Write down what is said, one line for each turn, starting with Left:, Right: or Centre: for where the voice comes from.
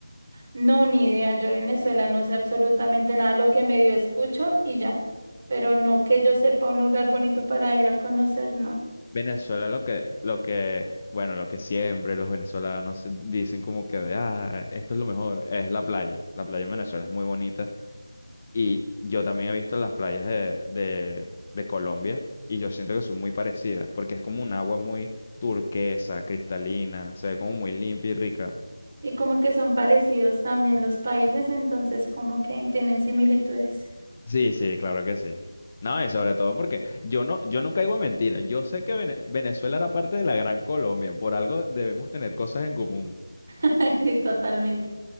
Right: No, ni idea. Yo de Venezuela no sé absolutamente nada. Lo que medio escucho y ya. Pero no que yo sepa un lugar bonito para ir a conocer, no.
Left: Venezuela lo que, lo que, bueno, lo que siempre los venezolanos dicen como que de, ah, esto es lo mejor, es la playa. La playa en Venezuela es muy bonita y yo también he visto las playas de, de, de Colombia y yo siento que son muy parecidas porque es como un agua muy turquesa, cristalina, se ve como muy limpia y rica.
Right: Y como que son parecidos también
Left: Ujú.
Right: los países, entonces como que tienen similitudes.
Left: Sí, sí, claro que sí. No, y sobre todo porque yo no, yo no caigo en mentiras. Yo sé que Vene- Venezuela era parte de la Gran Colombia, por algo debemos tener cosas en común.
Right: <laughs> Sí, totalmente.